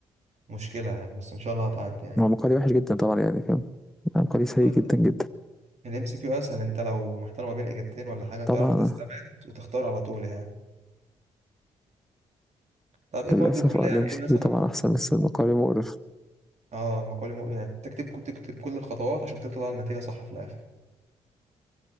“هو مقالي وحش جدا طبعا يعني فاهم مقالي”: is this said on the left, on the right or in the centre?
Centre